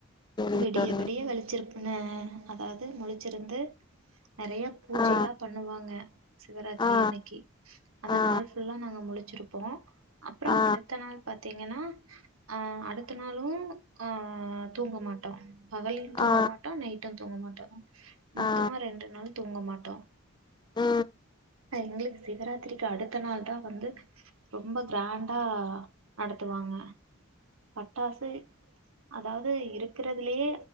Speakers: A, on the left; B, on the right.
A: சரிங்க
B: விடிய
A: தோழி
B: விடிய வெளிச்சருக்குனு அதாவது முழிச்சிருந்து நெறய பூஜை
A: ஆ
B: எல்லா பண்ணுவாங்க சிவராத்ரியன்னைக்கு
A: ஆ
B: அந்த
A: ஆ
B: நாள் ஃபுல்லா நாங்க முழிச்சிருப்போ அப்றோ
A: ஆ ஆ
B: அடுத்த நாள் பாத்தீங்கனா அ அடுத்த நாளு அ தூங்க மாட்டோ பகல்லயு தூங்க
A: ஆ
B: மாட்டோ நைட்டு தூங்க மாட்டோ மொத்தமா
A: ஆ ஆ
B: ரெண்டு நாள் தூங்க மாட்டோ
A: ஆ
B: எங்ளுக்கு சிவராத் ராத்திரிக்கு அடுத்த நாள் தா வந்து ரொம்ப கிராண்டா நடத்துவாங்க பட்டாசு அதாவது இருக்கறதுலயே